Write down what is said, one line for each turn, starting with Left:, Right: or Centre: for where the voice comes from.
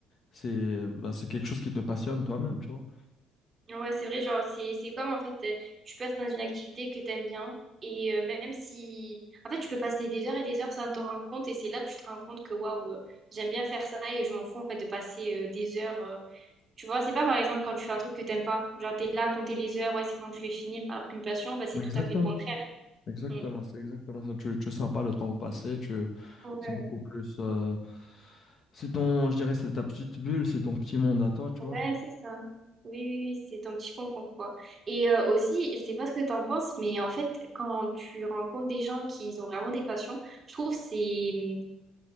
Left: c'est, bah, c'est quelque chose qui te passionne toi-même, tu vois.
Right: Ouais, c'est vrai, genre, c'est, c'est comme en fait, euh, tu passes dans une activité que t'aimes bien, et euh, même si. En fait, tu peux passer des heures et des heures sans t'en rendre compte, et c'est là que tu te rends compte que waouh, euh, j'aime bien faire ça, et je m'en fous en fait de passer euh, des heures. euh, Tu vois, c'est pas par exemple quand tu fais un truc que t'aimes pas, genre t'es là à compter les heures, ouais, c'est quand je vais finir, alors qu'une passion, bah, c'est tout
Left: Exactement.
Right: à fait le contraire.
Left: Exactement,
Right: Mm.
Left: c'est exactement ça. Tu, tu sens pas le temps passer, tu,
Right: Ouais.
Left: c'est beaucoup plus, euh, c'est ton, je dirais, c'est ta petite bulle, c'est ton petit monde à toi, tu
Right: Ouais,
Left: vois.
Right: c'est ça. Oui, oui, oui, c'est ton petit concon, quoi. Et euh, aussi, je sais pas ce que t'en penses, mais en fait, quand tu rencontres des gens qui ils ont vraiment des passions, je trouve que c'est mmh,